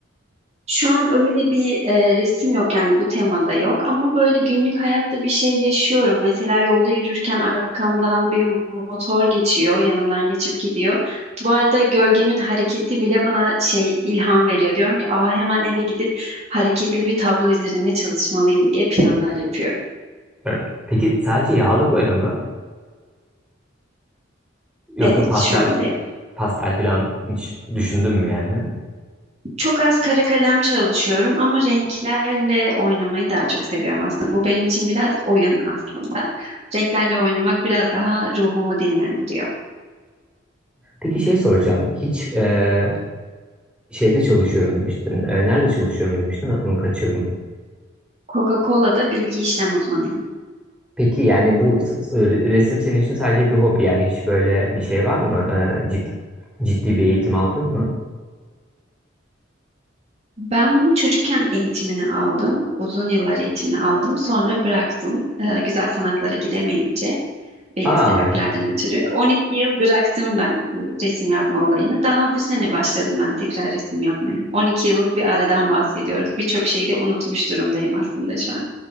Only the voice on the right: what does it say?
Şu an öyle bir e, resim yok yani bu temada yok ama böyle günlük hayatta bir şey yaşıyorum. Mesela yolda yürürken arkamdan bir motor geçiyor, yanımdan geçip gidiyor. Duvarda gölgemin hareketi bile bana şey ilham veriyor. Diyorum ki, "Aa hemen eve gidip hareketli bir tablo üzerinde çalışmalıyım." diye planlar yapıyorum.
Evet,
şu anda evet.
Çok az kara kalem çalışıyorum ama renklerle oynamayı daha çok seviyorum aslında. Bu benim için biraz oyun aslında. Renklerle oynamak biraz daha ruhumu dinlendiriyor.
Coca-Cola'da bilgi işlem uzmanıyım.
Ben bunun çocukken eğitimini aldım. Uzun yıllar eğitimini aldım. Sonra bıraktım. e, güzel sanatlara gidemeyince. belli
sebeplerden ötürü. 12 yıl bıraktım ben bu resim yapma olayını. Daha bu sene başladım ben tekrar resim yapmaya. 12 yıllık bir aradan bahsediyoruz. Birçok şeyi de unutmuş durumdayım aslında şu an.